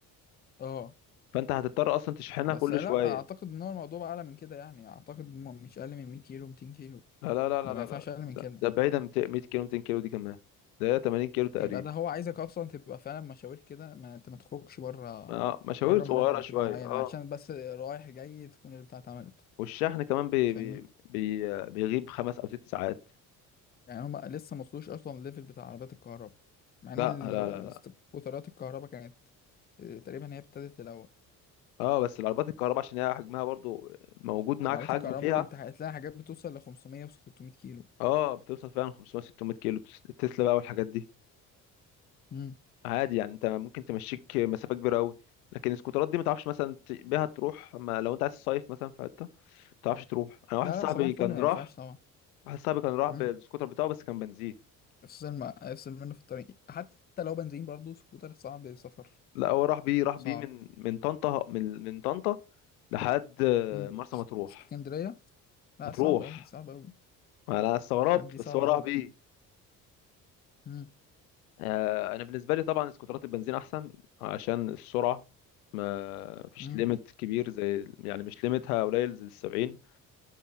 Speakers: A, on the left; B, on the left.
A: اه
B: فانت هتضطر اصلا تشحنها
A: بس
B: كل
A: لا
B: شويه
A: اعتقد ان هو الموضوع بقى اعلى من كده يعني اعتقد م- مش اقل من 100 كيلو 200 كيلو
B: لا لا لا لا
A: ده ما
B: لا
A: ينفعش
B: لا.
A: اقل
B: ده
A: من كده
B: ده بعيدا عن 200 كيلو 200 كيلو دي كمان ده هي 80 كيلو تقريبا
A: يبقى ده هو عايزك اصلا تبقى فعلا مشاوير كده ما انت ما تخرجش بره
B: اه مشاوير
A: بره
B: صغيره
A: مربع
B: شويه
A: كده معين
B: اه
A: عشان بس رايح جاي تكون البتاع اتعملت
B: والشحن كمان بي
A: فاهمني
B: بي بي بيغيب خمس او ست ساعات
A: يعني هما لسه ما وصلوش اصلا الليفل بتاع عربيات الكهرباء مع ان
B: لا لا
A: ال-
B: لا لا
A: سكوترات الكهرباء كانت آه، تقريبا هي ابتدت الاول
B: اه بس العربيات الكهرباء عشان هي حجمها برضو موجود
A: عربيات
B: معاك حجم
A: الكهرباء
B: فيها
A: ممكن تح- تلاقي حاجات بتوصل ل 500 و600 كيلو
B: اه بتوصل فعلا 500 600 كيلو تس- تسلا بقى والحاجات دي
A: امم
B: عادي يعني انت ممكن تمشيك مسافه كبيره قوي لكن السكوترات دي ما تعرفش مثلا ت- بيها تروح ما لو انت عايز تصيف مثلا في حته ما تعرفش تروح انا واحد
A: لا
B: صاحبي
A: لا صباح الفل
B: كان
A: ما
B: راح
A: ينفعش طبعا
B: واحد صاحبي كان راح
A: امم
B: بالسكوتر بتاعه بس كان بنزين
A: افصل ما افصل منه في الطريق حتى لو بنزين برضه سكوتر صعب سفر
B: لا هو راح بيه راح
A: صعب
B: بيه من من طنطا من من طنطا لحد آه،
A: امم
B: مرسى مطروح
A: اسكندريه لا
B: مطروح
A: صعب قوي صعب قوي
B: ما انا استغربت
A: راك دي
B: بس
A: صعبه
B: هو راح
A: قوي
B: بيه
A: امم
B: آه، انا بالنسبه لي طبعا سكوترات البنزين احسن عشان السرعه ما فيش
A: امم
B: ليميت كبير زي يعني مش ليميتها قليل زي السبعين